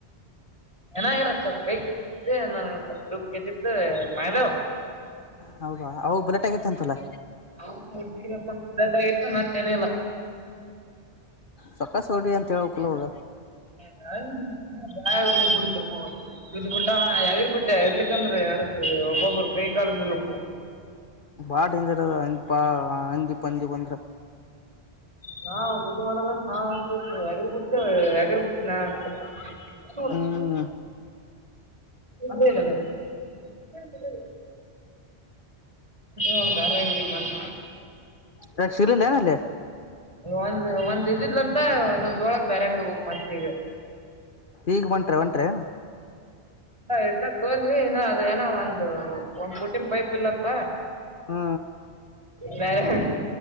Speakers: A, on the right; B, on the left.
A: ಏನಾಗಿಲ್ಲ ಸ್ ಕೈ ಕಿ ತ್ತಿ ನನಗ್ ಕಟ್ಟದಬೇಕಿತ್ತು ಮೈದಾವ್
B: ಹೌದಾ ಅವಾಗ ಬುಲೆಟ್ ಆಗಿತಂತಲ
A: ಅವುಗು ಮುಡ್ಡಿಗ್ ಸ್ವಲ್ಪ ಬ್ಲಡ್ಡಾಗಿತ್ತು ಮತ್ತೇನಿಲ್ಲ
B: ಸಕಸ ಹೋಡಿ ಅಂತ ಹೇಳಕಲ ಅವುಗ
A: ಹ ಹೌದು <unintelligible> ಬಯಗಾಮಮ ಬಿಡತಪ್ಪೂ ಅವತ್ತು ಇದು ಮುಂಡ ಎಗಿರ್ಬಟ್ಟೆ ಇರ್ಲಿಕ್ಕಂದ್ರೆ ಎಡಕ್ಕೆ ಒಬ್ಬೊಬ್ಬರು ಕೈ ಕಾಲ ಮುರಿಪ್ಪೋ
B: ಬಾಳ ಡೇಂಜರ ಅದ ಹಂದೀಪ ಹಂದಪಂದಿ ಬಂದ್ರ
A: ನಾವಿದು ಮಾಡಲ್ಲಂತ ನಾವ ಅಂತೀವಿ ಎಗರ್ ಬಿಡ್ತಿವಿ ಎಗರ್ ಬಿಡ್ತನಾ ಪುತ್ತುರ
B: ಹ್ಮ್
A: ಅದೇಲ್ಲದ ಹೊಂಟಿವ ನೋಡ ಬ್ಯಾರೆ ಅಂಗಡಿಗ ಮತ್ತ
B: ಯಾಕ ಸಿಗಲಿಲ್ಲೇನ್ ಅಲ್ಲಿ
A: ಒಂದ್ ಒಂದ್ ಇದಿದ್ಲಂತ ಇದನ್ ತೋಳಕ್ ಬ್ಯಾರೆ ಅಂಗಡಿ ಹೋಬೇಕ್ ಮತ್ ಈಗ
B: ಈಗ ಬಂಟ್ರ ಹೊಂಟ್ರೆನ್
A: ಇತ್ತಕ್ ತೊಂದ್ವಿ ಇನ್ನು ಅದ ಏನೂ ಒಂದು ಒಂದ್ ಪುಟ್ಟಿನ್ ಪೈಪ್ ಇಲ್ಲಂತ
B: ಹ್ಮ
A: ಬ್ಯಾರೆ